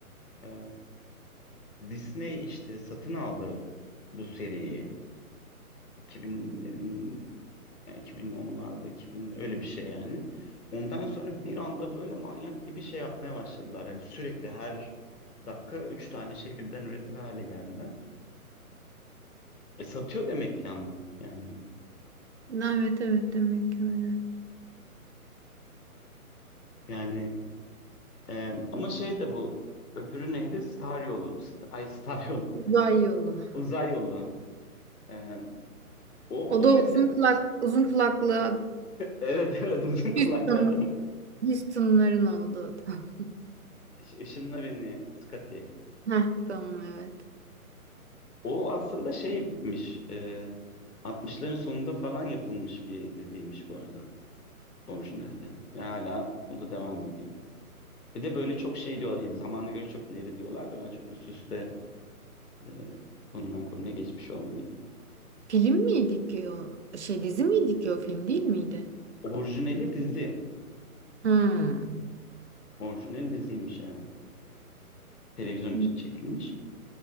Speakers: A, on the left; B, on the right.
A: Ee, Disney işte satın aldı bu seriyi. 2000'lerin Yani 2010'larda 2000 öyle bir şey yani. Ondan sonra bir anda böyle manyak gibi şey yapmaya başladılar. Yani sürekli her dakika üç tane şey birden üretir hale geldiler. E, satıyor demek ki ama yani
B: Evet evet demek ki öyle.
A: yani e, ama şey de bu öbürü neydi? Star yolu. St Ay Star yolu.
B: Uzay yolu.
A: <laughs> Uzay yolu. E, o
B: O da
A: o mesel
B: uzun kulak
A: <laughs>
B: uzun kulaklı
A: evet evet uzun kulaklı
B: Houston,
A: adam.
B: Houston'ların olduğu da. <laughs>
A: Iş- Işınla beni Scotty.
B: Heh, tamam evet.
A: O aslında şeymiş, e, 60'ların sonunda falan yapılmış bir diziymiş bu arada orijinalde. Ve hala o da devam ediyor. Bir de böyle çok şey diyorlar, zamana göre çok ileri diyorlar da ben çok üst üste e, konudan konuya geçmiş olmayayım.
B: Film miydi ki o? Şey dizi miydi ki o film değil miydi?
A: Orijinali dizi.
B: Hmm.
A: Orijinal diziymiş evet. Televizyon için
B: Hı
A: çekilmiş.